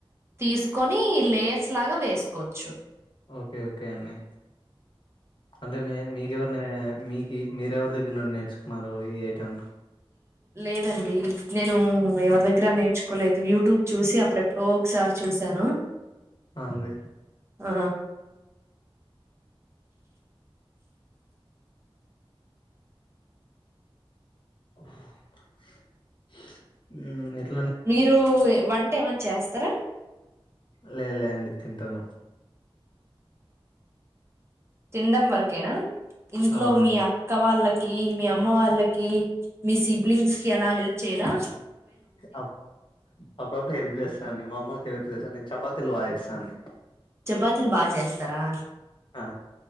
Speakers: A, on the right (about 25°); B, on the left (about 55°).
A: తీసుకొని లేయర్స్ లాగా వేసుకోవచ్చు
B: ఓకే ఓకే అండి అంటే మీ మీకెవరి మీకు మీరెవరి దగ్గర నుండి నేర్చుకున్నారు ఈ ఐటెమ్
A: లేదండి నేను ఎవరి దగ్గర నేర్చుకోలేదు యూట్యూబ్ చూసి అప్పుడెప్పుడో ఒకసారి చూసాను
B: ఆ అండి
A: ఆ
B: ఉ
A: మీరు వంట ఏమన్నా చేస్తర
B: లే లే అండి తింటాను
A: తినడం వరకేనా ఇంట్లో
B: అవునండి
A: మీ అక్క వాళ్ళ కీ మీ అమ్మ వాళ్ళకి మీ సిబ్లింగ్స్ కి అలా హెల్ప్ చేరా
B: అ అప్పుడప్పుడు హెల్ప్ చేస్తానండి మా అమ్మ హెల్ప్ చేస్త నేను చపాతీలు బాగ చేస్తా అండి
A: చపాతీలు బాగా చేస్తారా
B: ఆ